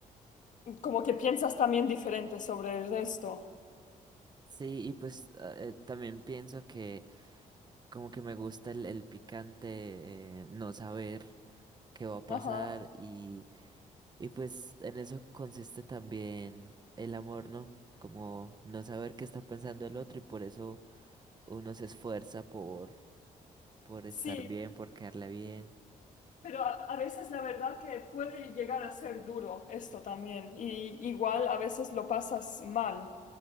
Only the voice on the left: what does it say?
como que piensas también diferente sobre el resto.
Ajá.
Sí,
Pero a a veces la verdad que puede llegar a ser duro esto también. Y igual a veces lo pasas mal,